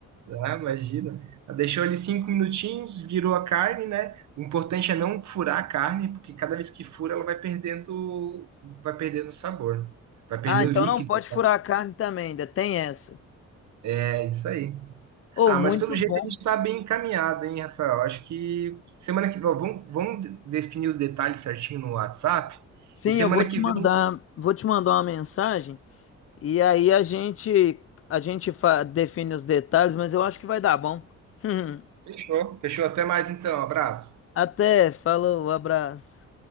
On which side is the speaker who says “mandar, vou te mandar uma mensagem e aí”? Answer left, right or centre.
Left